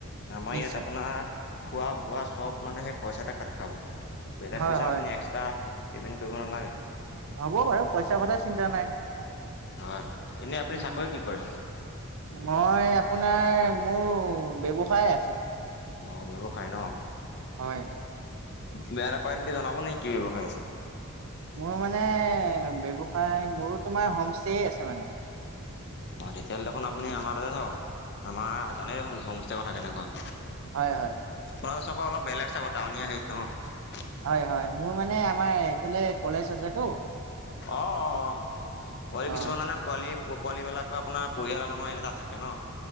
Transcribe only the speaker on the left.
আমাৰ
ইয়াত আপোনাৰ খোৱা বোৱা চব মানে সেই পইচাতে কাট খাব, বেলেগ
পইচা
আপুনি এক্সট্ৰা পেমেণ্ট কৰিব নালাগে।
হয়। এনেই আপুনি
চাকৰি কি কৰে
অ', ব্যৱসায় ন?
বেয়া নাপায় যদি তজনাব নেকি কি ব্যৱসায় আছে?
অ' তেতিয়াহ'লে দেখোন আপুনি আমাৰ তাতে থাকক। আমাৰ জানেই দেখোন হোম ইষ্টেৰ কথা কেনেকুৱা
তোমাৰ চক অলপ বেলেগ চাব টাউনীয়া হেৰিটো ন।
অ' অ' অ' পোৱালি কিছুমান
মানে পোৱালি পোৱালিবিলাকৰ আপোনাৰ পৰিয়ালৰ মানুহ আহিলে তাত থাকে ন।